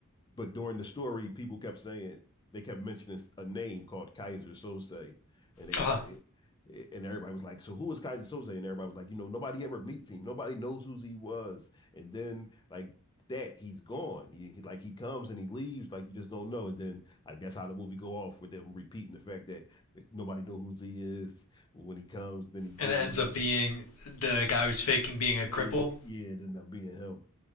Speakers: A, on the left (about 20°); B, on the left (about 80°).
A: but during the story, people kept saying they kept mentioning a name called Kaiser Sose, and they
B: Uh-huh.
A: was like, and everybody was like, so who is Kaiser Sose? And everybody was like, you know, nobody ever meets him. Nobody knows who he was. And then like that, he's gone. He, he- like he comes and he leaves. Like you just don't know. And then like that's how the movie go off with them repeating the fact that nobody know who he is when he comes. Then he goes.
B: And it ends up being the guy who's faking being a
A: Yeah,
B: cripple.
A: yeah. It ended up being him